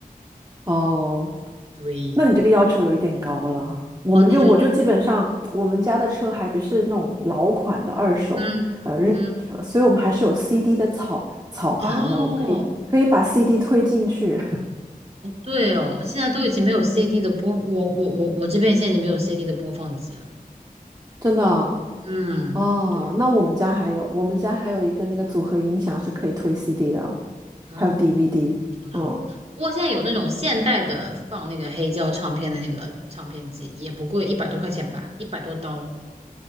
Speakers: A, on the right; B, on the right.
A: <laughs> 哦，
B: 对，
A: 那你这个要求有一点高了。我们就我就基本上我们家的车还不是那种老款的二手呃日本车，
B: 哦，你就是嗯嗯。
A: 所以我们还是有 CD 的草草盘的，
B: 哦，
A: 我们可以可以把 CD 推进去，
B: 对哦，现在都已经没有 CD 的播，我我我我这边现在已经没有 CD 的播放机了。
A: <laughs> 真的啊，
B: 嗯，
A: 哦那我们家还有我们家还有一个那个组合音响是可以推
B: 对。
A: CD 的，
B: 哦，
A: 还有 DVD，
B: 挺好的。
A: 哦，
B: 不过现在有那种现代的放那个黑胶唱片的那个唱片机，也不贵，一百多块钱吧，一百多刀。